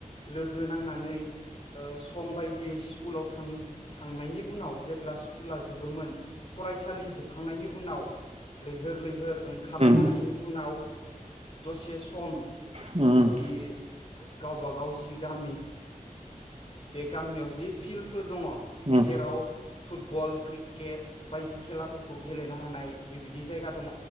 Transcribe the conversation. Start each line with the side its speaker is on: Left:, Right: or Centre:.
Left: लोगो नांनानै ओ सम बायदियै स्कुलाव थां थांनायनि उनाव जेब्ला स्कुला जोबोमोन फरायसालि जोबखांनायनि उनाव लैहोर लैहोर ओंखाम
Right: उम
Left: जानायनि उनाव दसे सम
Right: उम
Left: जि गावब गाव जि गामि बे गामियाव जि फिल्डफोर दङ
Right: उम
Left: जेराव फुटबल क्रिक केट बायदि खेलाफोरखौ गेलेनो हानाय बेबायदि जायगा दङ